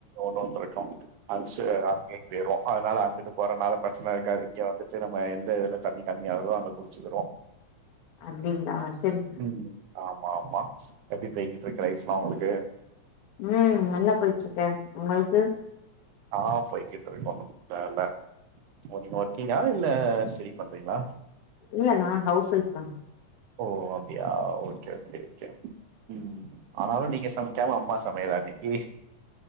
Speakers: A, on the right (about 85°); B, on the left (about 85°).
A: ஒண்ணோன்ருக்கு அன்சு அங்கேயு போய்ருவோ அதனால அங்கிட்டு போறனால பிரச்சனை இருக்காது இங்க வந்துட்டு நம்ம எந்த இதுல தண்ணி கம்மி ஆகுறதோ அங்க குளிச்சுக்குருவோ
B: அப்டிங்களா செரி செரி
A: உம் ஆமா ஆமா எப்டி பெய்கிட்டிருக்கு ரைஸ்ல்லா உங்களுக்கு
B: உம் நல்லா போய்ட்டிருக்கே உங்களுக்கு
A: ஆஹ் போய்கிட்டிருகு ஒண்ணு பிரச்சன இல்ல நீங்க ஒர்கீங்கா இல்ல ஸ்டடி பண்றீங்களா
B: இல்ல நா ஹவுஸ் ஒய்வ் தா
A: ஓ அப்டியா ஓகே ஓகே ஓகே உம் ஆனாலு நீங்க சமைக்காம அம்மா சமையலா இன்னைக்கி